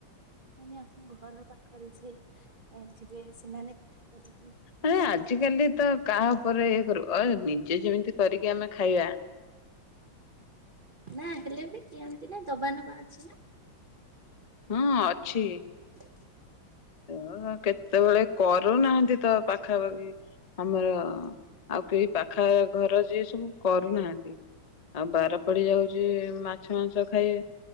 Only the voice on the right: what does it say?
ମାନେ ଆପଣଙ୍କ ଘର ପାଖରେ ଯିଏ ଥିବେ ସେମାନେ ପିଠା କରିକି
ଆପଣଙ୍କୁ
ଦିଅନ୍ତି?
ନା ହେଲେ ବି <unintelligible> ନା। ଦବା ନବା ଅଛି ନା
<inaudible>